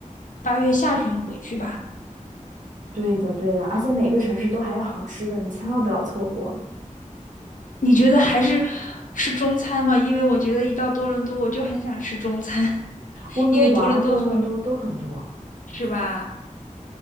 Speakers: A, on the left; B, on the right.
A: 八月下旬回去吧。
B: 对的对的，而且每个城市都还有好吃的，你千万不要错过。
A: 你觉得还是吃中餐吗？因为我觉得一到多伦多，我就很想吃中餐，<laughs>
B: 温哥华、
A: 多伦多好，
B: 多伦多都很多。
A: 是吧？